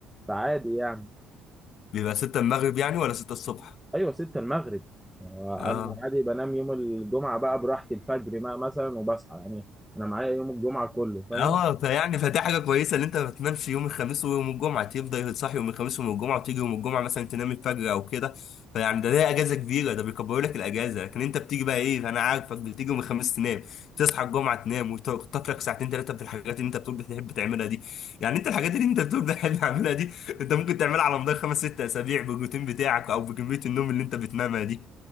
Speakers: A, in the centre; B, on the left.
A: فعادي يعني
B: بيبقى 6 المغرب يعني ولا 6 الصبح
A: ايوه 6 المغرب انا
B: اه
A: عادي بنام يوم الجمعه بقى براحتي الفجر بقى مثلا وبصحى يعني انا معايا يوم الجمعه كله فاهم
B: اه فيعني فدي حاجه كويسه ان انت ما تنامش يوم الخميس ويوم الجمعه تفضل تصحي يوم الخميس ويوم الجمعه وتيجي يوم الجمعه مثلا تنام الفجر او كده فيعني ده ليه اجازه كبيره ده بيكبروا لك الاجازه لكن انت بتيجي بقى ايه انا عارفك بتيجي يوم الخميس تنام تصحى الجمعه تنام وتخطف لك ساعتين ثلاثه في الحاجات اللي انت بتقول بتحب تعملها دي يعني انت الحاجات اللي انت بتقول بتحب تعملها دي انت ممكن تعملها على مدار خمس ست اسابيع بالروتين بتاعك او بكميه النوم اللي انت بتنامها دي